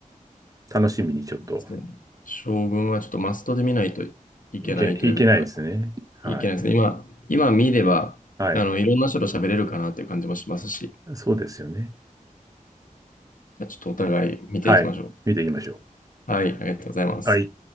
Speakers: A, on the right; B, on the left.
A: 楽しみにちょっと
B: ですね。将軍はちょっとマストで見ないといけないというか、
A: いけない、いけないですね。はい。
B: いけないですね。今、今見れば、
A: はい。
B: あの、いろんな人と喋れるかなっていう感じもしますし、
A: そうですよね。
B: じゃあちょっとお互い見ていきましょう。
A: はい。見ていきましょ
B: はい、ありがとうございます。
A: う。はい。